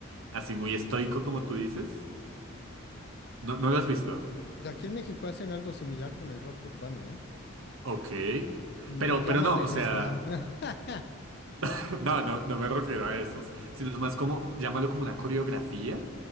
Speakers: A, on the right; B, on the left.
A: Así muy estoico como tú dices. No, no lo has visto.
B: O sea, aquí en México hacen algo similar con el rock urbano, ¿eh?
A: Ok. Pero,
B: Le llaman
A: pero no,
B: el
A: o sea,
B: slam. <laughs>
A: <laughs> no, no, no me refiero a esos,
B: Ujú.
A: sino es más como, llámalo como una coreografía,